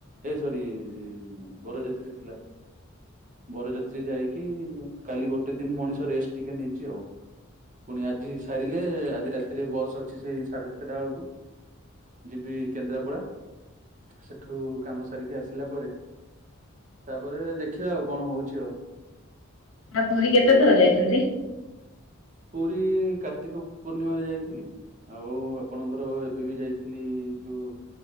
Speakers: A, on the right; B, on the left.
A: ଏ ସରି ଉଁ ବରଯାତ୍ରୀ ଥିଲା। ବରଯାତ୍ରୀ ଯାଇକି କାଲି ଗୋଟେ ଦିନ ମଣିଷ ରେଷ୍ଟ ଟିକେ ନେଇଛି ଆଉ ପୁଣି ଆଜି ସାରିଲେ ଆଜି ରାତିରେ ବସ୍ ଅଛି ସେଇ ସାଢେ ସାତଟା ବେଳକୁ। ଯିବି କେନ୍ଦ୍ରାପଡା ସେଠୁ କାମ ସାରିକି ଆସିଲା ପରେ। ତାପରେ ଦେଖିବା ଆଉ କଣ ହଉଛି ଆଉ?
B: ଆଉ ପୁରୀ କେତେ
A: ଏଇଆ କଥା
B: ଥର ଯାଇଛନ୍ତି?
A: ପୁରୀ କାର୍ତ୍ତିକ ପୂର୍ଣ୍ଣିମାରେ ଯାଇଥିଲି। ଆଉ ଆପଣଙ୍କର ଏବେ ବି ଯାଇଥିଲି ଯୋଉ